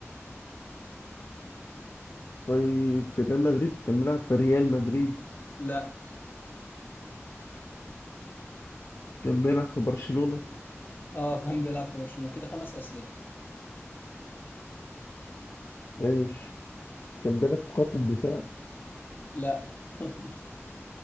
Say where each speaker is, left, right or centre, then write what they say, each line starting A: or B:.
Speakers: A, on the left; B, on the left.
A: طيب في ريال مدريد كان بيلعب في ريال مدريد
B: لا
A: كان بيلعب في برشلونة
B: اه كان بيلعب في برشلونة كده خمس أسئلة
A: ماشي كان بيلعب في خط الدفاع
B: لا <laughs>